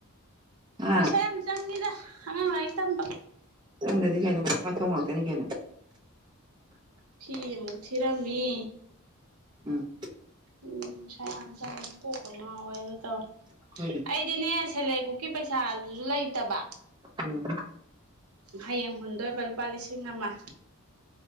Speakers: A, on the right; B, on the right.
A: ꯍꯥ
B: ꯄꯩꯁꯥ ꯌꯥꯝ ꯆꯪꯉꯤꯗ ꯑꯉꯥꯡ ꯂꯥꯏꯔꯤꯛ ꯇꯝꯕ
A: ꯈꯪꯗꯗꯤ ꯀꯩꯅꯣ ꯄꯩꯁꯥꯒꯤ ꯃꯊꯧ ꯉꯥꯛꯇꯅꯤ ꯀꯩꯅꯣ
B: ꯐꯤ ꯑꯃꯨꯛ ꯊꯤꯔꯝꯃꯤ
A: ꯎꯝ
B: ꯎꯝ ꯄꯩꯁꯥ ꯌꯥꯝ ꯆꯉꯦ ꯀꯣꯛꯀ ꯉꯥꯎꯌꯦ ꯑꯗꯨ ꯇꯧꯋꯦ
A: ꯑꯩꯈꯣꯏꯒꯤ
B: ꯑꯩꯗꯤꯅꯦ ꯁꯦꯜꯂꯦꯞ ꯒ꯭ꯔꯨꯞꯀꯤ ꯄꯩꯁꯥ ꯂꯩꯇꯕ
A: ꯌꯣꯜꯂꯣ
B: ꯍꯌꯦꯡ ꯍꯨꯟꯗꯣꯏꯕ ꯂꯨꯄꯥ ꯂꯤꯁꯤꯡ ꯑꯃ